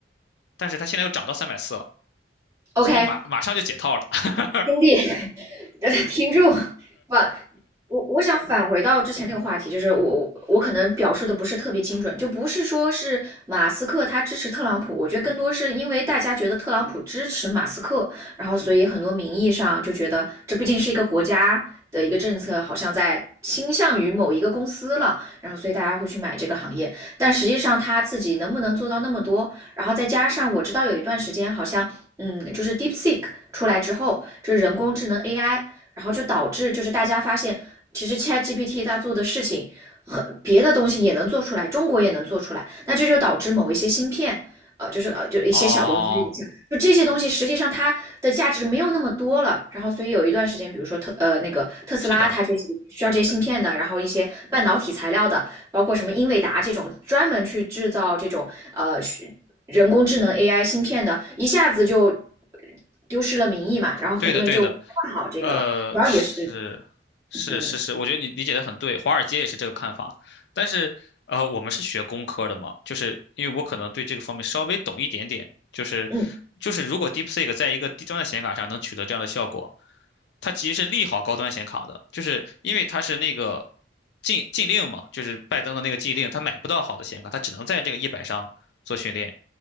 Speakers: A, on the left; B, on the right.
A: 但是它现在又涨到三百四了，
B: ？OK，
A: 所以马马上就解套了。<laughs>
B: 兄弟，<laughs> 呃听众，不，我我想返回到之前那个话题，就是我我我可能表述的不是特别精准，就不是说是马斯克他支持特朗普，我觉得更多是因为大家觉得特朗普支持马斯克，然后所以很多名义上就觉得这毕竟是一个国家的一个政策，好像在倾向于某一个公司了，然后所以大家会去买这个行业，但实际上他自己能不能做到那么多，然后再加上我知道有一段时间好像。嗯，就是 DeepSeek 出来之后，就是人工智能 AI，然后就导致就是大家发现，其实 ChatGPT 它做的事情很别的东西也能做出来，中国也能做出来，那这就导致某一些芯片，呃，就是呃就一些小东西的影响，
A: 哦，
B: 就这些东西实际上它的价值没有那么多了。然后所以有一段时间，比如说特呃那个特斯拉，
A: 是的，
B: 它这些需要这些芯片的，然后一些半导体材料的，包括什么英伟达这种专门去制造这种呃人工智能 AI 芯片的，一下子就丢失了名义嘛，然后很多人就不看好这个了。
A: 对的，对的，呃，
B: 主要也是，
A: 是，是，
B: 嗯
A: 是，是，我觉得你理解的很对，华尔街也是这个看法。但是，呃，我们是学工科的嘛，就是因为我可能对这个方面稍微懂一点点，就是，
B: 嗯
A: 就是如果 DeepSeek 在一个低端的显卡上能取得这样的效果，它其实是利好高端显卡的，就是因为它是那个禁禁令嘛，就是拜登的那个禁令，他买不到好的显卡，他只能在这个一百上做训练。